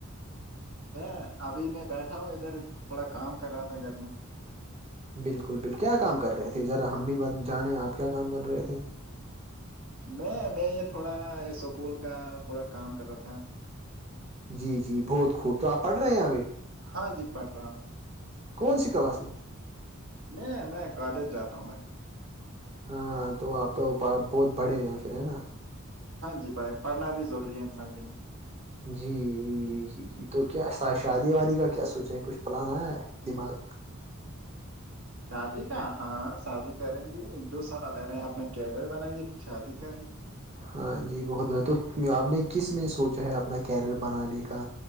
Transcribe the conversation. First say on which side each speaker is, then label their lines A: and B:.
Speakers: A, on the right (about 80°); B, on the right (about 30°).
A: میں ابھی میں بیٹھا ہوں ادھر تھوڑا کام کر رہا تھا گھر میں
B: بالکل بالکل کیا کام کر رہے تھے ذرا ہم بھی جانے آپ کیا کام کر رہے تھے
A: میں میں یہ تھوڑا سکول کا تھوڑا کام کر رہا تھا
B: جی جی بہت خوب تو آپ پڑھ رہے ہیں یہ ابھی
A: ہاں جی پڑھ رہا ہوں
B: کون سی کلاس میں
A: میں میں کالج جاتا ہوں میں
B: ہاں تو آپ تو بہت بڑے ہیں پھر ہے نا
A: ہاں جی بھائی پڑھنا بھی ضروری ہے انسان کے لیے
B: جی جی جی جی تو کیا شادی وادی کا کیا سوچیں ہیں کچھ پلان آیا ہے دماغ میں
A: شادی کا ہاں شادی کر کریں گے ایک دو سال اب رہے اپنا کیریئر بنائیں گے پھر شادی کریں گے
B: ہاں جی بہت ب تو آپ نے کس میں سوچا ہے اپنا کیریئر بنانے کا